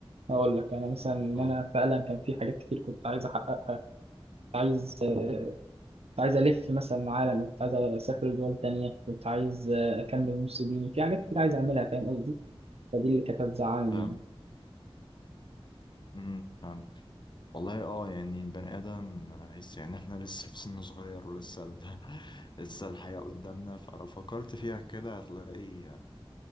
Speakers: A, on the right (about 85°); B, on the left (about 50°).
A: هقول لك انا مثلا ان
B: اه
A: انا فعلا كان في حاجات كتير كنت عايز احققها كنت عايز كنت عايز ألف مثلا العالم كنت عايز أسافر دول تانية كنت عايز آه، أكمل نص ديني في حاجات كتير عايز أعملها فاهم قصدي فدي اللي كانت هتزعلني
B: فاهم
A: يعني
B: امم فاهم والله اه يعني البني ادم لسه يعني احنا لسه في سن صغير ولسه ال... <laughs> لسه الحياة قدامنا فلو فكرت فيها كده هتلاقي